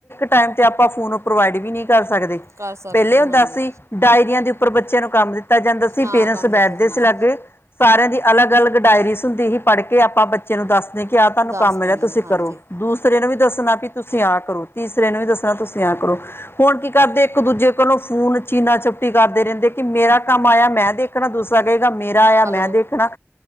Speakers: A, on the left (about 50°); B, on the right (about 70°).
A: ਟਾਈਮ ਤੇ ਆਪਾਂ ਫੋਨ ਪ੍ਰੋਵਾਈਡ ਵੀ ਨਹੀਂ ਕਰ ਸਕਦੇ
B: ਕਰ ਸਕਦੇ
A: ਪਹਿਲੇ ਹੁੰਦਾ
B: ਹਾਂਜੀ
A: ਸੀ ਡਾਇਰੀਆਂ ਦੀ ਉਰ ਬੱਚਿਆਂ ਨੂੰ ਕੰਮ ਦਿੱ ਤਾ ਜਾਂਦਾ ਸੀ।
B: ਹਾਂ
A: ਪੇਰੈਂਟਸ
B: ਕੰਮ ਦਿੱਤਾ
A: ਬੈਠਦੇ
B: ਜਾਂਦਾ
A: ਸੀ ਲਾਗੇ ਸਾਰਿਆਂ ਦੀ ਅਲੱਗ-ਅਲੱਗ ਡਾਇਰੀਜ਼ ਹੁੰਦੀ ਸੀ। ਪੜ੍ਹ ਕੇ ਆਪਾਂ ਬੱਚੇ ਨੂੰ ਦੱਸਦੇ ਕਿਆ ਤੁਹਾਨੂੰ
B: ਦੱਸ
A: ਕੰਮ ਮਿਲਿਆ
B: ਦਿੰਦੇ
A: ਤੁਸੀਂ
B: ਹਾਂਜੀ
A: ਕਰੋ ਦੂਸਰੇ ਨੇ ਵੀ ਦੱਸਣਾ ਵੀ ਤੁਸੀਂ ਆਹ ਕਰੋ ਤੀਸਰੇ ਨੂੰ ਵੀ ਦੱਸ- ਤੁਸੀਂ ਆ ਕਰੋ ਹੁਣ ਕੀ ਕਰਦੇ ਇੱਕ ਦੂਜੇ ਕੋਲੋਂ ਫੋਨ ਚੀਨਾ-ਚਪਟੀ ਕਰਦੇ ਰਹਿੰਦੇ ਕਿ ਮੇਰਾ ਕੰਮ ਆਇਆ, ਮੈਂ ਦੇਖਣਾ ਦੂਸਰਾ ਕ ਮੇਰਾ ਆਇਆ,
B: ਹੈਲੋ
A: ਮੈਂ ਦੇਖਣਾ